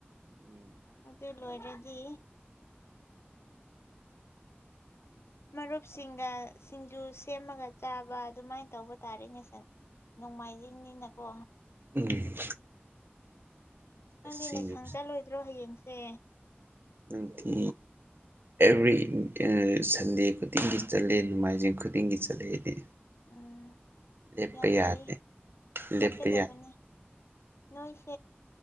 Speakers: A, on the right (about 60°); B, on the left (about 80°).
A: ꯎꯝ
B: ꯑꯗꯨ ꯂꯣꯏꯔꯗꯤ ꯃꯔꯨꯞꯁꯤꯡꯒ ꯁꯤꯡꯖꯨ ꯁꯦꯝꯃꯒ ꯆꯥꯕ ꯑꯗꯨꯃꯥꯏꯅ ꯇꯧꯕ ꯇꯥꯔꯦꯅꯦ ꯁꯦ ꯅꯣꯡꯃꯥꯏꯖꯤꯡꯅꯤꯅꯀꯣ
A: ꯎꯝ
B: ꯅꯪꯗꯤ
A: ꯑꯁ ꯁꯤꯡꯖꯨꯁꯦ
B: ꯂꯥꯏꯁꯪ ꯆꯠꯂꯣꯏꯗ꯭ꯔꯣ ꯍꯌꯦꯡꯁꯦ
A: ꯑꯇ ꯑꯦꯕ꯭ꯔꯤ ꯁꯟꯗꯦ ꯈꯨꯗꯤꯡꯒꯤ ꯆꯠꯂꯦ ꯅꯣꯡꯃꯥꯏꯖꯤꯡ ꯈꯨꯗꯤꯡꯒꯤ ꯆꯠꯂꯦ ꯑꯩꯗꯤ
B: ꯎꯝ
A: ꯂꯦꯞꯄ
B: ꯌꯥꯝ ꯐꯩꯌꯦ
A: ꯌꯥꯗꯦ ꯂꯦꯞꯄ
B: ꯆꯠꯀꯗꯕꯅꯤ
A: ꯌꯥ
B: ꯅꯣꯏꯁꯦ